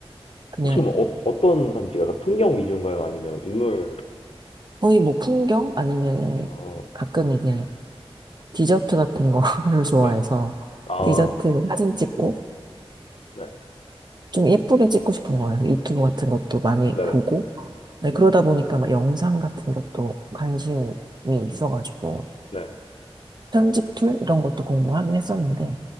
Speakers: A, on the right; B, on the left.
A: 그냥
B: 혹시 뭐 어, 어떤 사진 찍어요? 약간 풍경 위주인가요? 아니면 인물?
A: 거의 뭐 풍경? 아니면
B: 어,
A: 가끔 이게 디저트 같은 거를 <laughs> 좋아해서
B: 네. 아,
A: 디저트 사진 찍고,
B: 네.
A: 좀 예쁘게 찍고 싶은 거예요. 유튜브 같은 것도 많이
B: 네네.
A: 보고. 네, 그러다 보니까 막 영상 같은 것도 관심이 있어가지고,
B: 네.
A: 편집 툴 이런 것도 공부하긴 했었는데,